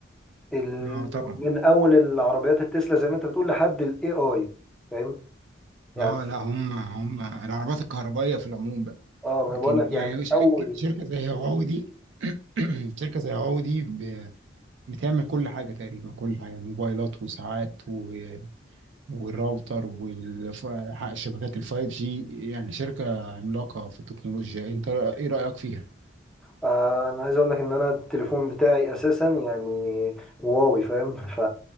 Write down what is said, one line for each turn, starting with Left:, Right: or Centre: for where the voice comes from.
Centre: ال...
Right: اه طبعا
Centre: من أول العربيات التسلا زي ما أنت بتقول لحد ال AI فاهم يعني
Right: اه لا هم هم العربيات الكهربائية في العموم بقى
Centre: اه ما
Right: لكن
Centre: أنا بقول لك يعني
Right: يعني
Centre: من
Right: شركة
Centre: أول
Right: شركة زي هواوي دي <clears throat> شركة زي هواوي دي بتعمل كل حاجة تقريبا كل حاجة موبايلات وساعات و... والراوتر والشبكات الفايف جي يعني شركة عملاقة في التكنولوجيا انت ايه رأيك فيها؟
Centre: آه، انا عايز اقول لك ان انا التليفون بتاعي اساسا يعني هواوي فاهم ف